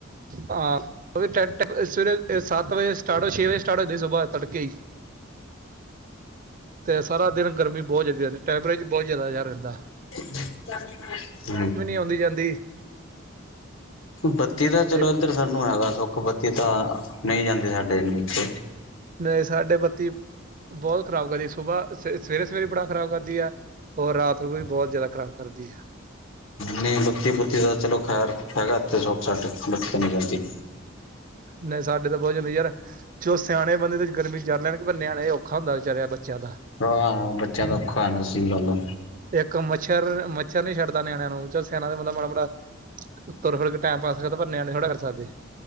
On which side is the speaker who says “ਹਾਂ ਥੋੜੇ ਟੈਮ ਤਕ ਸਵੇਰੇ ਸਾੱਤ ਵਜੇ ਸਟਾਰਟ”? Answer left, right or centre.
Right